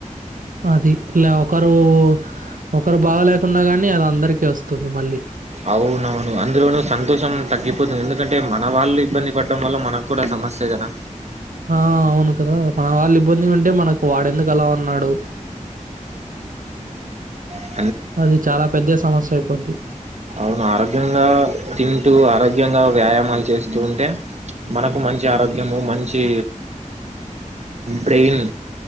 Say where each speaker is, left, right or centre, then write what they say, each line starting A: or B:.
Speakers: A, on the right; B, on the right.
A: అది లేవకా రూ ఒకరు బాగ లేకున్న కానీ అది అందరికి వస్తుంది మ
B: అవునవును అందులోను సంతోషం తగ్గిపోతది ఎందుక ంటే మన వాళ్ళు ఇబ్బంది పడ్డం వల్ల మనక్కూడా సమస్సే కదా
A: ఆ అవును కదా మన వాళ్ళు ఇబ్బంది ఉంటే మనకు వాడెందుకు అలా ఉన్నాడు
B: అ
A: అది చాలా పెద్ద సమస్య అయిపోద్ది
B: అవును ఆరోగ్యంగా తింటూ ఆరోగ్యంగా వ్యాయామ పని చేస్తూ ఉంటే మనకు మంచి ఆరోగ్యము మంచి బ్రెయిన్